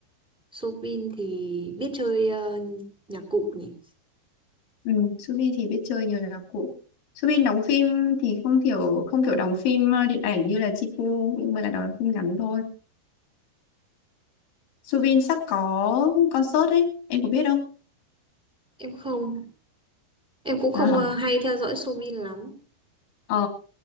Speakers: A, in the centre; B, on the left (about 80°).
A: Soobin thì biết chơi à, nhạc cụ nhỉ
B: ừ, Subin thì biết chơi nhiều là cụ Subin đóng phim thì không kiểu không kiểu đóng phim ờ, điện ảnh như là Chipu nhưng mà là đóng phim ngắn thôi Subin sắp có concert ấy em có biết không
A: em không em cũng không
B: à,
A: à, hay theo dõi Soobin lắm
B: ờ,